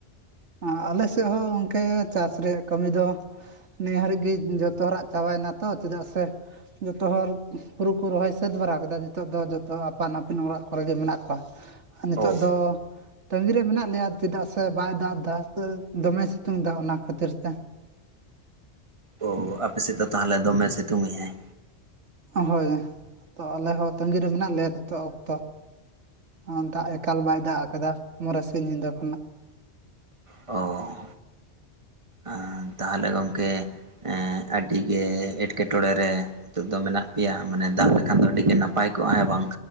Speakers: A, on the right; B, on the right.
A: ᱚ ᱟᱞᱮ ᱥᱮᱫ ᱦᱚᱸ ᱜᱚᱝᱠᱮ ᱪᱟᱥ ᱨᱮᱭᱟᱜ ᱠᱟᱹᱢᱤ ᱫᱚ ᱱᱤᱭᱟᱹ ᱦᱟᱹᱨᱤᱡ ᱜᱤ ᱡᱚᱛ ᱛᱚ ᱦᱚᱨᱟᱜ ᱪᱟᱵᱟᱭ ᱱᱟ ᱛᱚ ᱪᱮᱫᱟᱜ ᱥᱮ ᱡᱚᱛᱚ ᱦᱚᱨ ᱦᱩᱨᱩ ᱠᱚ ᱨᱚᱦᱚᱭ ᱥᱟᱹᱛ ᱵᱟᱨᱟ ᱠᱮᱫᱟ ᱱᱤᱛᱚᱜ ᱫᱚ ᱡᱚᱛ ᱛᱚ ᱟᱯᱟᱱ ᱟᱹᱯᱤᱱ ᱚᱲᱟᱜ ᱠᱚᱨᱮ ᱜᱮ ᱢᱮᱱᱟᱜ ᱠᱚᱣᱟ, ᱱᱤᱛᱚᱜ
B: ᱚ
A: ᱫᱚ ᱛᱟᱺᱜᱤᱨ ᱨᱮ ᱢᱮᱱᱟᱜ ᱞᱮᱭᱟ ᱪᱮᱫᱟᱜ ᱥᱮ ᱵᱟᱭ ᱫᱟᱜ ᱫᱟ ᱫᱚᱢᱮ ᱥᱤᱛᱩᱝ ᱮᱫᱟ ᱚᱱᱟ ᱠᱷᱟᱹᱛᱤᱨ ᱛᱮ
B: ᱚ ᱟᱯᱮ ᱥᱮᱫ ᱫᱚ ᱛᱟᱦᱚᱞᱮ ᱫᱚᱢᱮ ᱥᱤᱛᱩᱝ ᱮᱜᱟᱭ?
A: ᱦᱳᱭ ᱛᱚ ᱟᱞᱮ ᱦᱚ ᱛᱟᱺᱜᱤ ᱨᱮ ᱢᱮᱱᱟᱜ ᱞᱮᱭᱟ ᱱᱤᱛᱚᱜ ᱚᱠᱛᱚ᱾ ᱚ ᱫᱟᱜ ᱮᱠᱟᱞ ᱵᱟᱭ ᱫᱟᱜ ᱟᱠᱟᱫᱟ ᱢᱚᱨᱮ ᱥᱤᱧ ᱧᱤᱫᱟᱹ ᱠᱷᱚᱱᱟᱜ
B: ᱚᱻ ᱟ ᱛᱟᱦᱚᱞᱮ ᱜᱚᱢᱠᱮ ᱮᱸ ᱟᱹᱰᱤᱜᱮ ᱮᱴᱠᱮᱴᱚᱬᱮ ᱨᱮ ᱱᱤᱛᱚᱜ ᱫᱚ ᱢᱮᱱᱟᱜ ᱯᱮᱭᱟ ᱢᱟᱱᱮ ᱫᱟᱜ ᱞᱮᱠᱷᱟᱱ ᱫᱚ ᱟᱹᱰᱤ ᱜᱮ ᱱᱟᱯᱟᱭ ᱠᱚᱜᱼᱟ ᱦᱮᱻᱵᱟᱝ